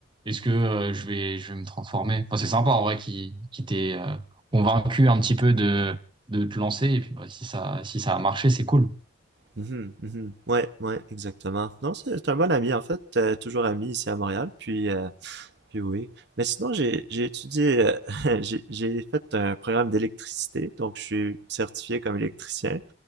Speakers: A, on the right; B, on the right.
A: est-ce que euh, je vais je vais me transformer? Enfin c'est sympa en vrai qui qui t'ait euh, convaincu un petit peu de de te lancer et puis bah, si ça si ça a marché c'est cool.
B: Mhm, mhm. Ouais, ouais, exactement. Non, c'est un bon ami en fait, euh, toujours ami ici à Montréal. Puis euh, Puis oui. Mais sinon, j'ai j'ai étudié, euh, <laughs> j'ai j'ai fait un programme d'électricité, donc je suis certifié comme électricien,